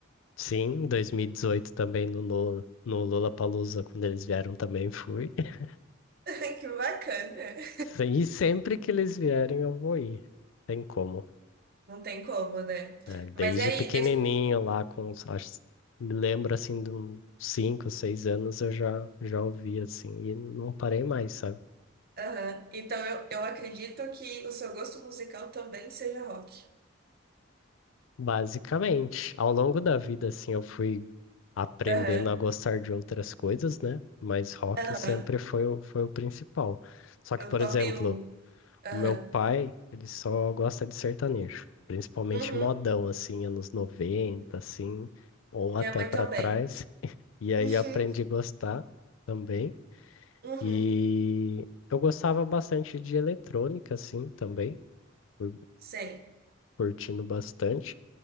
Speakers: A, on the left (about 70°); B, on the right (about 50°).
A: Sim, dois mil e dezoito também no, Lula no Lollapalooza, quando eles vieram também fui. <laughs>
B: <laughs> Que bacana. <laughs>
A: Sim, E sempre que eles vierem eu vou ir. Tem como.
B: Não tem como, né?
A: É, desde
B: Mas é aí,
A: pequenininho
B: nesse...
A: lá, com, os- acho, me lembro assim, de uns 5, 6 anos eu já, já ouvi assim, e não parei mais, sabe?
B: aham. Então eu, eu acredito que o seu gosto musical também seja rock.
A: Basicamente, ao longo da vida, assim, eu fui aprendendo
B: Aham,
A: a gostar de outras coisas, né? Mas rock
B: aham.
A: sempre foi o, foi o principal. Só
B: É
A: que, por
B: o top
A: exemplo,
B: um. Aham.
A: o meu pai, ele só gosta de sertanejo, principalmente
B: Uhum.
A: modão, assim, anos 90 assim, ou
B: Minha
A: até
B: mãe
A: para
B: também.
A: trás. E aí
B: Uhum.
A: eu aprendi a gostar também.
B: Uhum.
A: E eu gostava bastante de eletrônica, assim, também, fui
B: Sei.
A: curtindo bastante.